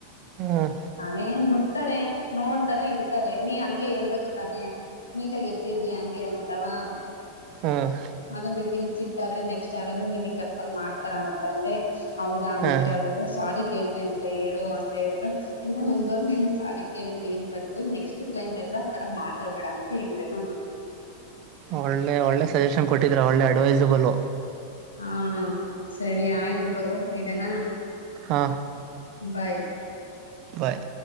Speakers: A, on the right; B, on the left.
A: ಹ್ಮ್
B: ಅದೆ ಏನ್ ಮುಡ್ತಾರೆ ನೋಡ್ತಾರೆ ಇಡ್ತಾರೆ ನೀ ಹಂಗೆ ಹೇಳ್ಬೇಕು ತಾನೇ. ನೀಟಾಗಿ ಎತ್ತಿಡ್ಲಿ ಹಂಗೆ ಅಂತವಾ.
A: ಹ್ಮ್
B: ಅದನ್ ಬಿಟ್ಟಿ ಈ ಸಿಟ್ಟಾದ್ರೆ ನೆಕ್ಸ್ಟ್ ಯಾರದ್ರು ನೀನೀಗ ರೆಫರ್ ಮಾಡ್ತಾರಾ ಅಂತ ಅಂದೆ ಅವಗ ಹಂಗ
A: ಹಾಂ
B: ಅಂದ್ರೆ ಅವ್ರ್ದ. ಅ ಸ್ವಾರಿ ಕೇಳ್ದೆ ಅಂತ ಹೇಳು ಅಂತ ಹೇಳಿದ್ರು. ಏಲ್ಲ ಮುಗ್ದೋದ್ಮೇಲೆ ಸ್ವಾರಿ ಕೇಳಿದ್ರೆ ಏನ್ ಬಂತು ನೆಕ್ಸ್ಟ್ ಕ್ಲೈಂಟ್ ಹತ್ರ ಆತರ ಮಾತಾಡ್ಬೇಡ ಅಂತ ಹೇಳಿದ್ದೆ ನಾನು.
A: ಒಳ್ಳೆ ಒಳ್ಳೆ ಸಜೆಷನ್ ಕೊಟ್ಟಿದ್ರ ಒಳ್ಳೆ ಅಡ್ವೈಸಬಲು.
B: ಹಾ ಸರಿ ಆಯ್ತು ತೊಗೊ ಇಡನಾ.
A: ಹಾ
B: ಬಾಯ್
A: ಬಾಯ್